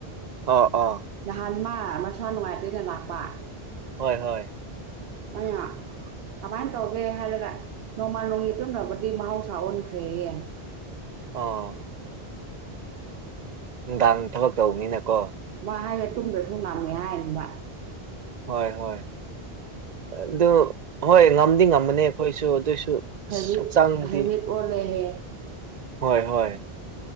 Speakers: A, on the right; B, on the right.
A: ꯑ ꯑ
B: ꯅꯍꯥꯟ ꯃꯥ ꯃꯁꯥ ꯅꯨꯡꯉꯥꯏꯇꯩꯅ ꯂꯥꯛꯄ
A: ꯍꯣꯏ ꯍꯣꯏ
B: ꯑ ꯀꯃꯥꯏꯅ ꯇꯧꯒꯦ ꯍꯥꯏꯔꯒ ꯅꯣꯡꯃꯥꯟ ꯅꯣꯡꯒꯤ ꯇꯨꯝꯅꯕꯗꯤ ꯃꯍꯧꯁꯥ ꯑꯣꯟꯈ꯭ꯔꯦꯌꯦ
A: ꯑꯣ ꯅꯨꯡꯗꯥꯡ ꯊꯕꯛ ꯇꯧꯕꯅꯤꯅꯀꯣ
B: ꯃꯥ ꯍꯥꯏꯒ ꯇꯨꯝꯗꯁꯨꯨꯝ ꯉꯝꯃꯦ ꯍꯥꯏꯅꯤꯕ
A: ꯍꯣꯏ ꯍꯣꯏ ꯑꯗꯣ ꯍꯣꯏ ꯉꯝꯗꯤ ꯉꯝꯃꯅꯤ ꯑꯩꯈꯣꯏꯁꯨ ꯑꯗꯨꯏꯁꯨ ꯑꯁ
B: ꯍꯦꯕꯤꯠ
A: ꯍꯛꯆꯥꯡꯗꯤ
B: ꯍꯦꯕꯤꯠ ꯑꯣꯜꯂꯦꯍꯦ
A: ꯍꯣꯏ ꯍꯣꯏ